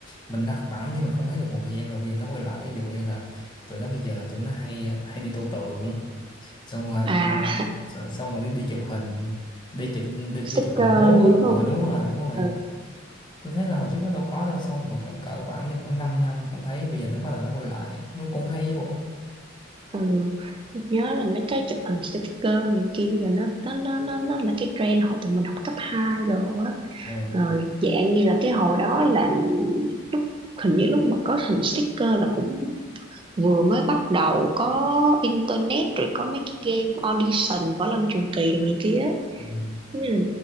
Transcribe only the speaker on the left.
mình đã bẵng đi mình không thấy được một thời gian rồi bây giờ nó quay lại ví dụ như là tụi nó bây giờ là tụi nó hay ờ, hay đi tô tượng xong rồi
ờ, xong rồi đi, đi chụp hình đi chụp đi, đi
chụp hình bố
á
ờ
đúng rồi đúng rồi
tôi thấy là hồi trước nó đâu có đâu xong rồi khoảng cỡ bản thì khoảng 5 năm không thấy bây giờ nó bắt đầu nó quay lại nó cũng hay chứ bộ
ừ.
Ừ.